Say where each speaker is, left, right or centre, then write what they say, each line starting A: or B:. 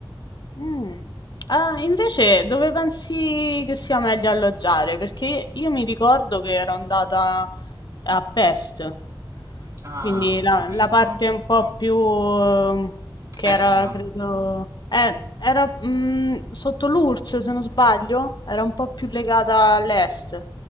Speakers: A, on the left; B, on the right.
A: Mm. Ah, invece dove pensi che sia meglio alloggiare? Perché io mi ricordo che ero andata a Pest,
B: Ah,
A: quindi
B: ho
A: la,
B: capito.
A: la parte un po' più ehm, che
B: Vecchia?
A: era, credo, eh, era mm, sotto l'URSS, se non sbaglio, era un po' più legata all'est. Eh,